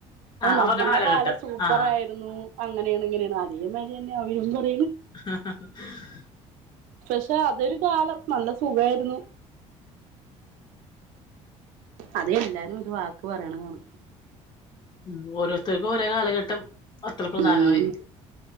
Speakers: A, on the right; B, on the left.
A: ഓ
B: ആ അവരുടെ
A: നമ്മടെ
B: കാലഘട്ടം
A: കാലം സൂപ്പർ
B: ആ
A: ആയിരുന്നു അങ്ങനെയാണ് ഇങ്ങനെയാണ് അതേമാതിരി തന്നെ അവരും പറ
B: ആ
A: പക്ഷെ അതൊരു കാലം നല്ല സുഖായിരുന്നു അത എല്ലാരും ഒരു വാക്ക് പറയണാണ്
B: ഉം ഓരോരുത്തർക്കും ഒരേ കാലഘട്ടം അത്ര പ്രധാനമായിരിക്കും
A: ഉം